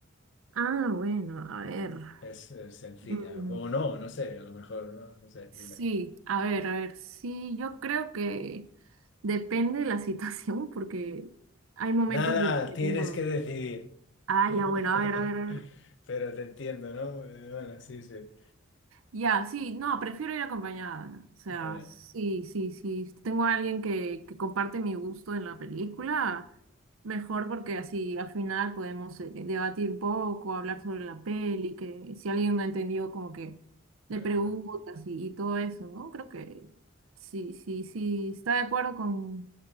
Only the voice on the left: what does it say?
Es, eh, sencilla.
O no, no sé, a lo mejor, no, No sé,
dime.
Nada,
tienes
que decidir.
<laughs>
Pero te entiendo, ¿no? Eh, Bueno, sí, sí.
Bien.
Ujú.